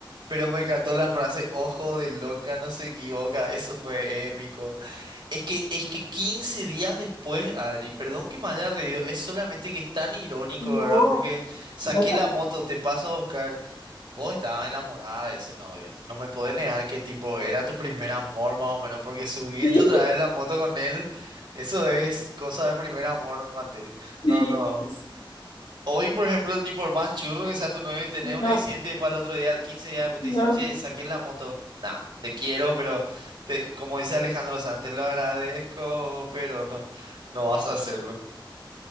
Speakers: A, on the right; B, on the left.
A: Pero me encantó la frase, ojo de loca, no se equivoca, eso fue épico. Es que, es que 15 días después, Adri, perdón que me haya reído, es solamente que es tan irónico,
B: No,
A: ¿verdad? Porque saqué
B: loco.
A: la moto, te paso a buscar. Vos estabas enamorada de ese novio. No me podés negar que tipo era tu primer amor más o menos, porque subirte
B: Sí,
A: otra vez en la moto con él, eso es cosa de primer amor, mate.
B: sí,
A: No, no.
B: sí,
A: Hoy, por ejemplo, ni por más churro que sea tu novio, tenés
B: no,
A: un accidente y después al otro día, 15 días después te
B: no.
A: dice, che, saqué la moto. No, te quiero, pero te, como dice Alejandro Sanz, te lo agradezco, pero no, no vas a hacerlo.